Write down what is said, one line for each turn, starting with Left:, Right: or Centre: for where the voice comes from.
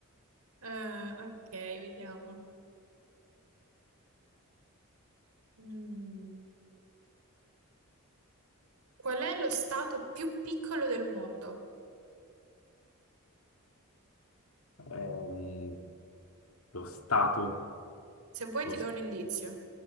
Right: Eh, ok, vediamo. Mm, Qual è lo stato più piccolo del mondo?
Left: Ehm, lo Stato.
Right: Se vuoi
Left: Lo...
Right: ti
Left: s-
Right: do un indizio.